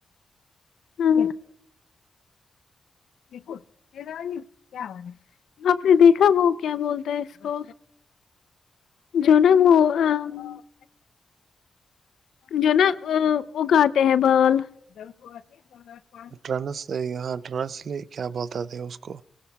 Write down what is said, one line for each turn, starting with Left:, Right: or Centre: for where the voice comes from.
Left: ہاں بکل یہ نہ ن کیا وال ہے آپ نے دیکھا وہ کیا بولتا ہے اس کو جونا <unintelligible> جو نا اگاتے ہیں بال <unintelligible>
Right: ٹرنس یہاں ٹرنسلی کیا بولتا تھے اس کو